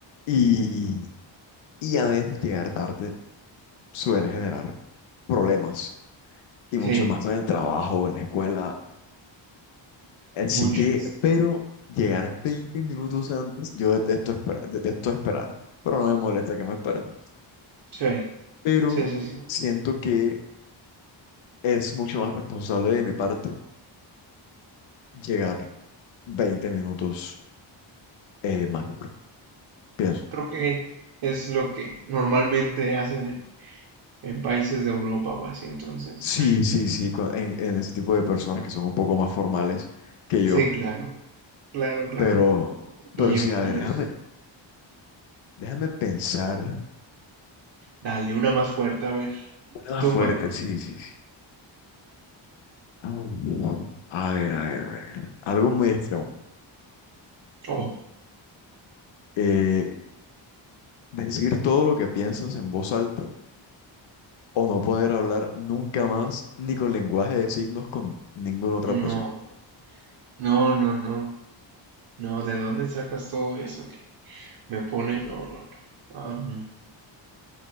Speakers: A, on the left; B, on the right.
A: Y, y a veces llegar tarde suele generar problemas, y
B: Sí,
A: mucho más en el trabajo, en la escuela. Así
B: mucho.
A: que, pero llegar 20 minutos antes, yo detesto esperar, detesto esperar, pero no me molesta que me esperen.
B: Sí,
A: Pero
B: sí, sí. sí.
A: siento que es mucho más responsable de mi parte llegar 20 minutos eh, más temprano, pienso.
B: Creo que es lo que normalmente hacen en, en países de Europa o así, entonces.
A: Sí, sí, sí, cua- en, en ese tipo de personas que son un poco más formales que yo.
B: Sí, claro, claro, claro.
A: Pero, pero
B: Y
A: sí,
B: yo,
A: a
B: y
A: ver, déjame,
B: yo.
A: déjame pensar.
B: Dale, una más fuerte, a ver.
A: Una más
B: Túmbame.
A: fuerte, sí, sí, sí. Ah, A ver, a ver, a ver. Algo muy extremo.
B: Oh,
A: Eh, decir todo lo que piensas en voz alta o no poder hablar nunca más ni con lenguaje de signos con ninguna otra
B: no,
A: persona.
B: no, no, no, no, ¿de dónde sacas todo eso que me pone? No, no, no. Am,